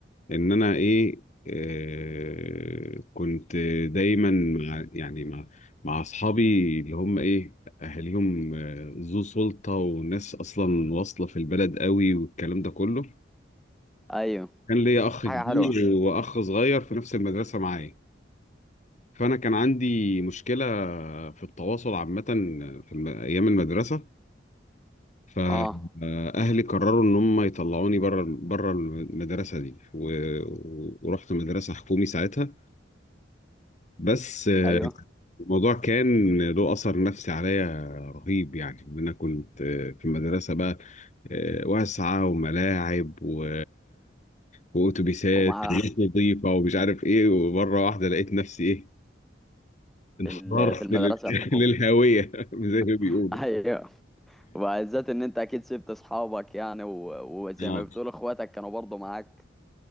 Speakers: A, on the left (about 40°); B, in the centre.
A: إن أنا إيه آه، كنت دايما مع يعني مع مع أصحابي اللي هم إيه أهاليهم آه، ذو سلطة وناس أصلا واصلة في البلد قوي والكلام ده كله
B: ايوه
A: كان ليا أخ
B: حاجه
A: كبير
B: حلوه
A: وأخ صغير في نفس المدرسة معايا فأنا كان عندي مشكلة في التواصل عامة في الم- أيام المدرسة فأهلي
B: اه
A: قرروا إن هم يطلعوني بره بره المدرسة دي و- ورحت مدرسة حكومي ساعتها بس
B: ايوه
A: الموضوع كان له أثر نفسي عليا رهيب يعني إن أنا كنت في المدرسة بقى آه، واسعة وملاعب و وأتوبيسات
B: ومع
A: وناس نظيفة ومش عارف إيه ومرة واحدة لقيت نفسي إيه انحدرت
B: في ال- في المدرسه
A: لل- <laughs>
B: الحكوميه
A: للهاوية <laughs> زي ما بيقولوا
B: <laughs> ايوه وبالذات ان انت اكيد سبت اصحابك يعني و- وزي
A: اه
B: ما بتقول اخواتك كانوا برضو معاك